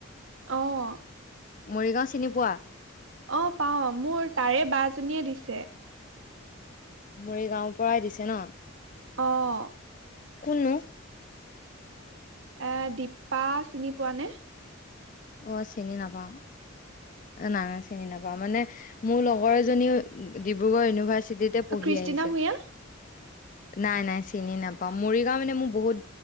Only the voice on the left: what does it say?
মৰিগাঁও চিনি পোৱা?
মোৰ এই গাঁওৰ পৰাই দিছে ন'?
কনো
অ', চিনি নাপাওঁ। অ', নানা চিনি নাপাওঁ মানে মোৰ লগৰ এজনীও ডিব্ৰুগড় ইউনিভাৰ্চিটিতে পঢ়ি
আহিছে।
নাই নাই চিনি নাপাওঁ মৰিগাঁও মানে মোৰ বহুত